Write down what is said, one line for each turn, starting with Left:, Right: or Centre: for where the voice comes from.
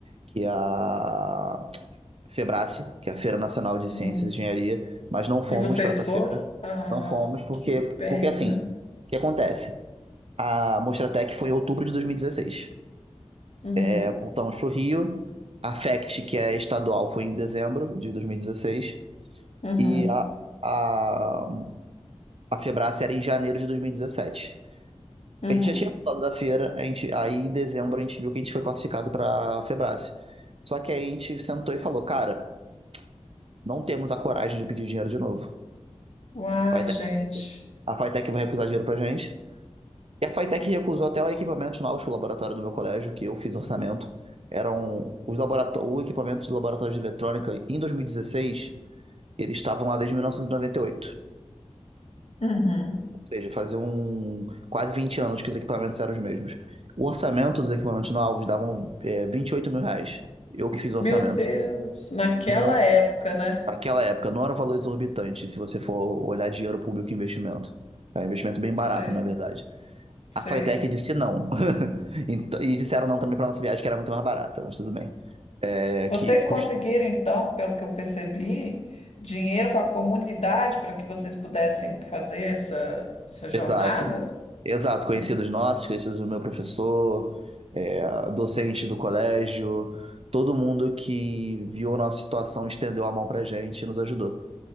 Right: que é a Febrace, que é a Feira Nacional de Ciências
Left: hum.
Right: e Engenharia, mas não fomos
Left: E vocês
Right: para essa
Left: foram?
Right: feira.
Left: Ah,
Right: Não fomos porque,
Left: que pena.
Right: porque assim, o que acontece? A Mostratec foi em outubro de 2016.
Left: Uhum,
Right: É, voltamos para o Rio. A FECT, que é estadual, foi em dezembro de dois mil E dezesseis.
Left: uhum,
Right: E a, a, a Febrace era em janeiro de 2017.
Left: uhum.
Right: A gente já tinha voltado da feira, a gente, aí em dezembro a gente viu que a gente foi classificado para a Febrace. Só que aí a gente sentou e falou, cara, não temos a coragem de pedir dinheiro de novo.
Left: Uai,
Right: A Fitec
Left: gente.
Right: vai recusar, a Fitec vai recusar dinheiro pra gente. E a Fitec recusou até lá equipamentos novos pro laboratório do meu colégio, que eu fiz orçamento. Eram os laborató- o equipamento do laboratório de eletrônica em 2016, eles estavam lá desde 1998.
Left: Uhum.
Right: Ou seja, faziam um- quase 20 anos que os equipamentos eram os mesmos. O orçamento dos equipamentos novos davam é, 28 mil reais. Eu que fiz o orçamento.
Left: Meu Deus, naquela
Right: Não,
Left: época, né?
Right: naquela época, não era um valor exorbitante se você for olhar dinheiro público e investimento. É um investimento bem barato,
Left: Sei,
Right: na verdade.
Left: sei.
Right: A Flytech disse não. <laughs> Então- e disseram não também para nossa viagem, que era muito mais barata, mas tudo bem. É,
Left: Vocês
Right: que cust...
Left: conseguiram, então, pelo que eu percebi, dinheiro com a comunidade para que vocês pudessem fazer essa, essa jornada?
Right: Exato. Exato, conhecidos
Left: Hum.
Right: nossos, conhecidos do meu professor, é, docente do colégio, todo mundo que viu a nossa situação estendeu a mão pra gente e nos ajudou.